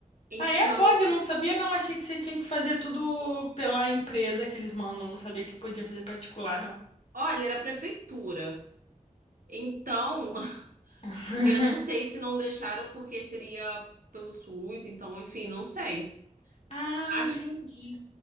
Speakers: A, on the right (about 85°); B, on the left (about 50°).
A: Então,
B: Ah, é? Pode, eu não sabia, não. Achei que você tinha que fazer tudo pela empresa que eles mandam. Não sabia que podia fazer particular, não.
A: olha, era a prefeitura. Então, <laughs>
B: <laughs>
A: eu não sei se não deixaram porque seria pelo SUS, então, enfim, não sei.
B: Ah,
A: Acho
B: entendi.